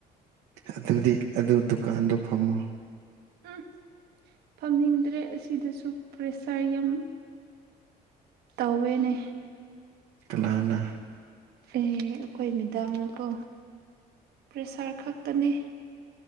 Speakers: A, on the right (about 90°); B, on the right (about 70°).
A: ꯑꯗꯨꯗꯤ ꯑꯗꯨ ꯗꯨꯀꯥꯟꯗꯣ ꯐꯝꯃꯣ
B: ꯎꯝ ꯐꯝꯅꯤꯡꯗ꯭ꯔꯦ ꯑꯁꯤꯗꯁꯨ ꯄ꯭ꯔꯦꯁꯔ ꯌꯥꯝ ꯇꯧꯋꯦꯅꯦ
A: ꯀꯅꯥꯅ
B: ꯑꯦ ꯑꯈꯣꯏ ꯃꯦꯗꯥꯝꯅꯀꯣ ꯄ꯭ꯔꯦꯁꯔ ꯈꯛꯇꯅꯦ